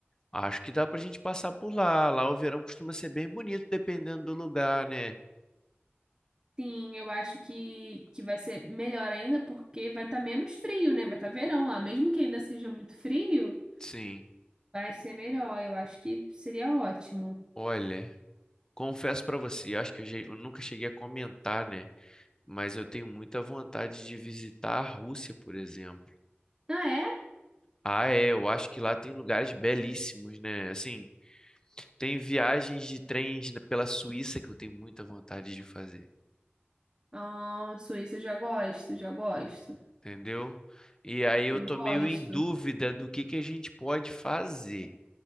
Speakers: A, on the left; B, on the right.
A: acho que dá pra gente passar por lá. Lá o verão costuma ser bem bonito, dependendo do lugar, né?
B: sim, eu acho que, que vai ser melhor ainda porque vai estar menos frio, né? Vai estar verão lá, mesmo que ainda seja muito frio,
A: Sim.
B: vai ser melhor. Eu acho que seria ótimo.
A: Olha, confesso pra você, acho que eu, já- eu nunca cheguei a comentar, né? mas eu tenho muita vontade de visitar a Rússia, por exemplo.
B: Ah, é?
A: Ah, é, eu acho que lá tem lugares belíssimos, né? Assim, tem viagens de trens na- pela Suíça que eu tenho muita vontade de fazer,
B: Ah, Suíça eu já gosto, já gosto.
A: entendeu? E aí eu
B: Eu
A: tô
B: gosto.
A: meio em dúvida do que que a gente pode fazer.